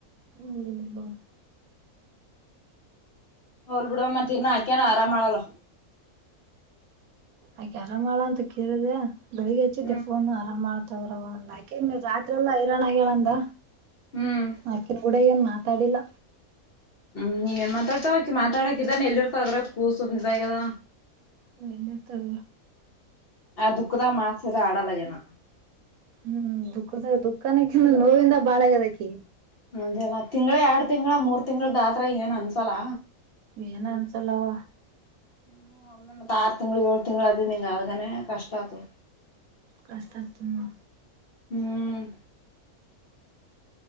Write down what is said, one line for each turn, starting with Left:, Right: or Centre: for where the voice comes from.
Right: ಹ್ಮ ಇಲ್ಲಲ್ಲೋಣ
Left: ಹಳ್ ಬಿಡ ಮ ತಿ ನ ಹಾಕಾನ ಆರಾಮಾಮಳಲ್ಲ
Right: ಆಯಕೆ ಆರಾಮ್ ಮಾಡ ಅಂತ ಕೇಳಿದೆ ಬೆಳಿಗ್ಗೆ ಹಚ್ಚಿದ್ದೆ
Left: ಹ್ಮ್
Right: ಫೋನು ಆರಾಮ್ ಮಾಡ ತಗ್ರವ ಆಕೆನ್ ಮ ರಾತ್ರಿ ಎಲ್ಲ ಹೈರಾಣ ಹೇಳಂದ
Left: ಹ್ಮ್
Right: ಆಕಿನ ಗುಡಗಏನ್ ತಡಲ
Left: ಹ್ಮ್ ನೀ ಏನ್ ಮಾತಾಡ್ತಾವಕಿ ಮಾತಾಡಕ್ ಇದಾನ ಎಲ್ಲಿ ಇರ್ತದ್ರ ಕೂಸುಮ ಇದಾಗ್ಯದ
Right: ಎಲ್ಲ ತದ
Left: ಆ ದುಃಖದಾ ಮಾಸದ ಆಡಲ್ಲ ಜನ
Right: ಹ್ಮ್ ದುಃಖದ ದುಃಖನ ನೋವಿಂದ ಬಾಳಗದಾಕ
Left: ಮದಲ್ಲಾ ತಿಂಗಗಳ ಎರಡ್ ತಿಂಗಗಳ ಮೂರ್ ತಿಂಗಗಳದಾತ್ರ ಏನ್ ಅನ್ಸಲ್ಲ
Right: ಏನ ಅನ್ಸಲವಾ
Left: ಹ್ಮ್ ಒಂದೆ ಮತ್ತ ಆರು ತಿಂಗಳು ಏಳ ತಿಂಗಗಳು ಅದ ನಿಂಗ ಅದಗಾನೇ ಕಷ್ಟ ಅತ
Right: ಕಷ್ಟತ ತುಮ್ಮ
Left: ಹ್ಮ್